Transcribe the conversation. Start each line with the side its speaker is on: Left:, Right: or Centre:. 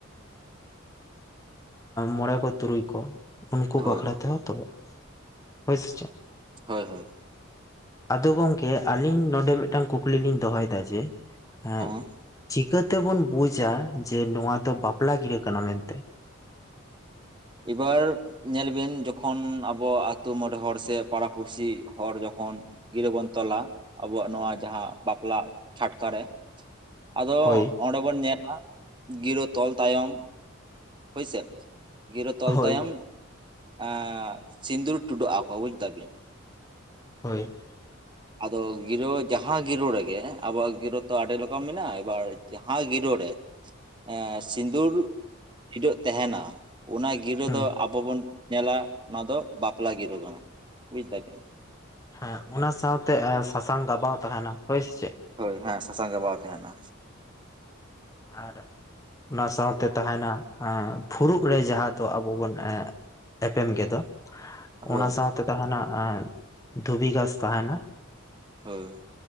Left: ᱢᱚᱬᱮ ᱠᱚ ᱛᱩᱨᱩᱭ ᱠᱚ ᱩᱱᱠᱩ
Right: ᱦᱳᱭ
Left: ᱵᱟᱠᱷᱨᱟ ᱛᱮᱦᱚᱸ ᱛᱚᱞᱚᱜ ᱦᱳᱭ ᱥᱮ ᱪᱮᱫ?
Right: ᱦᱳᱭ ᱦᱳᱭ
Left: ᱟᱫᱚ ᱜᱚᱢᱠᱮ ᱟᱞᱤᱧ ᱱᱚᱰᱮ ᱢᱤᱫᱴᱟᱱ ᱠᱩᱠᱞᱤ ᱞᱤᱧ ᱫᱚᱦᱚᱭᱮᱫᱟ ᱡᱮ ᱮᱸ
Right: ᱦᱮᱸ
Left: ᱪᱤᱠᱟᱹᱛᱮᱵᱩᱱ ᱵᱩᱡᱟ ᱡᱮ ᱱᱚᱣᱟ ᱫᱚ ᱵᱟᱯᱞᱟ ᱜᱤᱨᱟᱹ ᱠᱟᱱᱟ ᱢᱮᱱᱛᱮ᱾
Right: ᱮᱵᱟᱨ ᱧᱮᱞ ᱵᱤᱱ ᱡᱚᱠᱷᱚᱱ ᱟᱵᱚ ᱟᱛᱩ ᱢᱚᱬᱮ ᱦᱚᱲ ᱥᱮ ᱯᱟᱲᱟ ᱯᱩᱲᱥᱤ ᱦᱚᱲ ᱡᱚᱠᱷᱚᱱ ᱜᱤᱨᱟᱹ ᱵᱚᱱ ᱛᱚᱞᱟ ᱟᱵᱚᱣᱟᱜ ᱱᱚᱣᱟ ᱡᱟᱦᱟᱸ ᱵᱟᱯᱞᱟ ᱪᱷᱟᱴᱠᱟ ᱨᱮ᱾ ᱟᱫᱚ
Left: ᱦᱳᱭ
Right: ᱚᱸᱰᱮ ᱵᱚᱱ ᱧᱮᱞᱟ ᱜᱤᱨᱟᱹ ᱛᱚᱞ ᱛᱟᱭᱚᱢ, ᱦᱳᱭᱥᱮ ᱜᱤᱨᱟᱹ ᱛᱚᱞ
Left: ᱦᱳᱭ
Right: ᱛᱟᱭᱚᱢ, ᱟᱸᱻ ᱥᱤᱸᱫᱩᱨ ᱴᱩᱰᱟᱹᱜ ᱟᱠᱚ ᱵᱩᱡᱽ ᱫᱟᱵᱤᱱ᱾
Left: ᱦᱳᱭ᱾
Right: ᱟᱫᱚ ᱜᱤᱨᱟᱹ ᱡᱟᱦᱟᱸ ᱜᱤᱨᱟᱹ ᱨᱮᱜᱮ ᱟᱵᱚᱣᱟᱜ ᱜᱤᱨᱟᱹ ᱛᱚ ᱟᱹᱰᱤ ᱨᱚᱠᱚᱢ ᱢᱮᱱᱟᱜ-ᱟ, ᱮᱵᱟᱨ ᱡᱟᱦᱟᱸᱭ ᱜᱤᱨᱟᱹ ᱨᱮ᱾ ᱮᱸ ᱥᱤᱸᱫᱩᱨ ᱴᱤᱰᱟᱹᱜ ᱛᱟᱦᱮᱱᱟ ᱚᱱᱟ ᱜᱤᱨᱟᱹ
Left: ᱦᱮᱸ
Right: ᱫᱚ ᱟᱵᱚ ᱵᱚᱱ ᱧᱮᱞᱟ ᱱᱚᱣᱟ ᱫᱚ ᱵᱟᱯᱞᱟ ᱜᱤᱨᱟᱹ ᱠᱟᱱᱟ᱾ ᱵᱩᱡ ᱫᱟᱵᱤᱱ?
Left: ᱦᱮᱸ ᱚᱱᱟ ᱥᱟᱶᱛᱮ ᱥᱟᱥᱟᱝ ᱜᱟᱵᱟᱣ ᱛᱟᱦᱮᱱᱟ ᱦᱳᱭ ᱥᱮ ᱪᱮᱫ?
Right: ᱦᱳᱭ ᱦᱮᱸ ᱥᱟᱥᱟᱝ ᱜᱮ ᱵᱟᱝ ᱛᱟᱦᱮᱱᱟ᱾
Left: ᱟᱨ ᱚᱱᱟ ᱥᱟᱶᱛᱮ ᱛᱟᱦᱮᱱᱟ ᱯᱷᱩᱲᱩᱜ ᱨᱮ ᱡᱟᱦᱟᱸ ᱫᱚ ᱟᱵᱚ ᱵᱚᱱ ᱮᱸᱜ ᱮᱯᱮᱢ ᱜᱮ ᱫᱚ᱾
Right: ᱦᱳᱭ
Left: ᱚᱱᱟ ᱥᱟᱶᱛᱮ ᱛᱟᱦᱮᱱᱟ ᱮ ᱫᱷᱩᱵᱤ ᱜᱷᱟᱸᱥ ᱛᱟᱦᱮᱱᱟ᱾
Right: ᱦᱳᱭ᱾